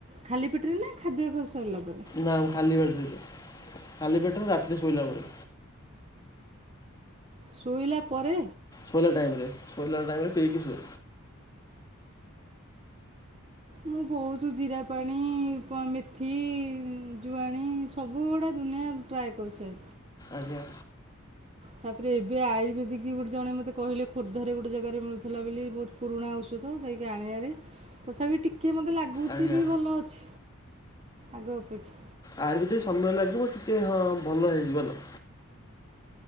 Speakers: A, on the right (about 30°); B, on the left (about 15°).
A: ଖାଲି ପେଟରେ ନା ଖାଦ୍ୟ କ ସରିଲା ପରେ?
B: ନା ଖାଲି ପେଟରେ ଖାଲି ପେଟରେ, ରାତିରେ ଶୋଇଲା ବେଳେ।
A: ଶୋଇଲା ପରେ।
B: ଶୋଇଲା ଟାଇମ୍ ରେ, ଶୋଇଲା ଟାଇମ୍ ରେ ପିଇକି ସେ
A: ମୁଁ ବହୁତ ଜିରା ପାଣି ମେଥି ଜୁଆଣି ସବୁଗୁଡ଼ା <unintelligible> ଟ୍ରାଇ କରୁ <unintelligible>
B: ଆଜ୍ଞା।
A: ତାପରେ ଏବେ ଆୟୁର୍ବେଦିକ ଗୋଟେ ଜଣେ ମୋତେ କିହିଲେ ଖୋର୍ଦ୍ଧାରେ ଗୋଟେ ଜାଗାରେ ମିଳୁଥିଲା ବୋଲି ବୋହୁତ ପୁରୁଣା ଔଷଧ ଯାଇକି ଆଣିବାରେ ତଥାପି ଟିକେ ମତେ ଲା କୁଚି
B: ଆଜ୍ଞା
A: ବି ଭଲ ଅଛି, ଆଗ ଅପେକ୍ଷା।
B: ଆହାର ଭିତରେ ସମୟ ଲାଗିବ, ଟିକେ ହଁ ଭଲ ହେଇଯିବ ଭଲ।